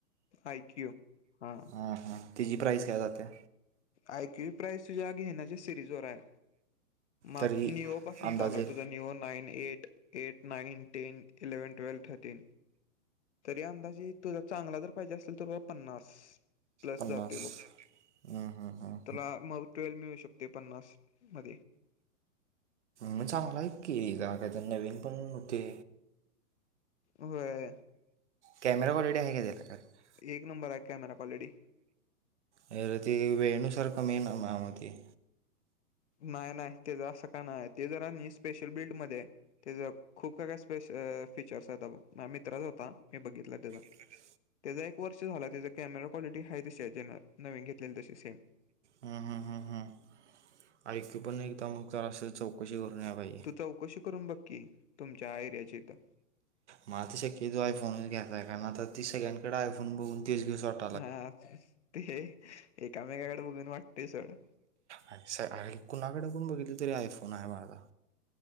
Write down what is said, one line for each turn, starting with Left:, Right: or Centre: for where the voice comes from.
Left: आय क्यू हा.
Right: ह हां. तिची प्राईस काय जात्या?
Left: आय क्यू प्राईज तुझ्या घेण्याच्या सिरीज वर आहे. मा
Right: तरी
Left: निओ पासून
Right: अंदाजे
Left: चालूय तुझा, neo nine eight. Eighth, nine, ten, eleven, twelve thirty तरी अंदाजे तुझा चांगला जर पाहिजे असेल, तर बाबा पन्नास. प्लस
Right: पन्नास
Left: जाते बघ. <inaudible>
Right: हं हं हं
Left: ् त्याला मग ट्वेल् मिळू शकते पन्नासमध्ये.
Right: म चांगलय की. दादा ते नवीन पण होते.
Left: व्हयं.
Right: कॅमरा कॉलिटी आहे का त्याला? काय
Left: एक नंबर आहे कॅमेरा क्वालिटी.
Right: अरे ते वेळेनुसार कमी आहे ना मामा ते.
Left: नाय नाय. त्याचं असं काय नाय. ते जरा न स्पेशल बिल्ड मध्ये आहे त्याचा खूप काय काय स्पेश फीचर्स होता. म्या मित्रा चा होता, म्या बघितला त्याचा.
Right: असं काय.
Left: त्याचा एक वर्ष झाला, त्याचा कॅमेरा क्वालिटी हाय तशी आहे ज्यानं, नवीन घेतलेली तशी सेम.
Right: हा हा हा हा. ऐकू पण एकदा, मग जरा अस चौकशी करून याला पाहिजे.
Left: तू चौकशी करून बघ की, तुमच्या एरियाच्या इथं.
Right: मला ती शक्यतो आय फोनच घेनार आय, कारण आता ते सगळ्यांकडं आयफोन बघून त तेच घेस वाटतंय.
Left: हा. ठीके, एकामेकाकडे बघून वाटतय सोडं.
Right: आमचं कुणाकडे पण बघितली, तरी आयफोन आहे माझा.